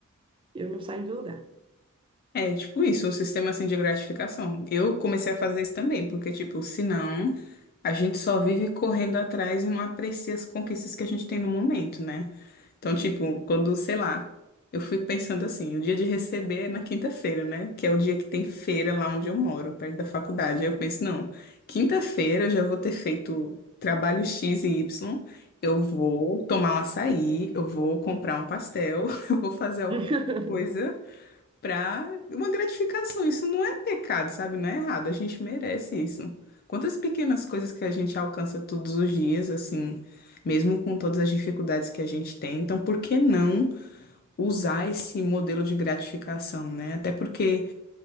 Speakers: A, on the right; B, on the left.
A: eu não saio do lugar.
B: É tipo isso, um sistema assim de gratificação. Eu comecei a fazer isso também, porque, tipo, senão a gente só vive correndo atrás e não aprecia as conquistas que a gente tem no momento, né? Então, tipo, quando, sei lá, eu fico pensando assim, o dia de receber é na quinta-feira, né? Que é o dia que tem feira lá onde eu moro, perto da faculdade. Aí Eu penso, não, quinta-feira eu já vou ter feito trabalho X e Y, eu vou tomar um açaí, eu vou comprar um pastel, <laughs> eu vou fazer alguma
A: <laughs>
B: coisa pra uma gratificação. Isso não é pecado, sabe? Não é errado. A gente merece isso. Quantas pequenas coisas que a gente alcança todos os dias, assim, mesmo com todas as dificuldades que a gente tem. Então, por que não usar esse modelo de gratificação, né? Até porque